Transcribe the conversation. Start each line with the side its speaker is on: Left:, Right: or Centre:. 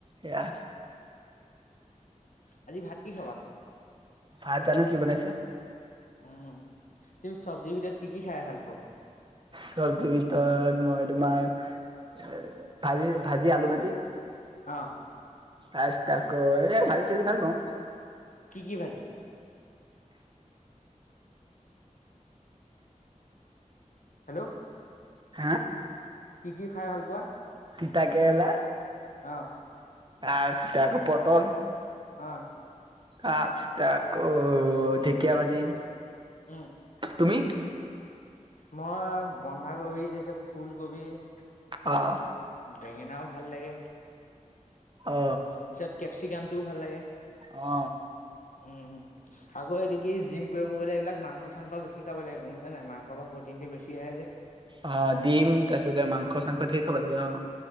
Right: এয়া
Left: আজি ভাত কি খাবা
Right: ভাত জানো কি বনাইছে
Left: উম, তুমি চব্জিৰ ভিতৰত কি কি খাই ভাল পোৱা?
Right: চব্জিৰ ভিতৰত মই তোমাৰ ভাজি ভাজি আলু ভাজি
Left: অ
Right: আচ তাকৌ এ ভাজি সাজি ভাল পাওঁ
Left: কি কি ভাজি হেল্ল'
Right: হা
Left: কি কি খাই ভাল পোৱা
Right: তিতা কেৰেলা
Left: অ
Right: আ ষ্টকো পতল
Left: অ',
Right: তাৰ পি অ ঢেকীয়া ভাজি
Left: উম
Right: তুমি
Left: মই বন্ধাকবি তাৰপিছত ফুলকবি তাৰপিছত
Right: অ
Left: বেঙেনাও ভাল লাগে।
Right: অ
Left: তাৰপিছত কেপচিগামটোও ভাল লাগে।
Right: অ
Left: উম আকৌ এইদিকে জিম কৰিব গ'লে এইবিলাক মাংস মাংস বেছি খাব লাগে গম পাইছা নাই মাংস পৰা প্ৰটিনটো বেছি আহে যে
Right: অ ডিম তাৰপিছতে মাংস চাংস ঢেৰ খাব লাগে অ